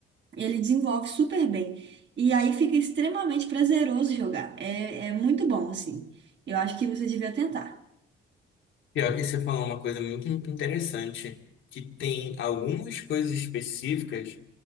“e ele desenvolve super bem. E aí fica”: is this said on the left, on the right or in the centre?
Right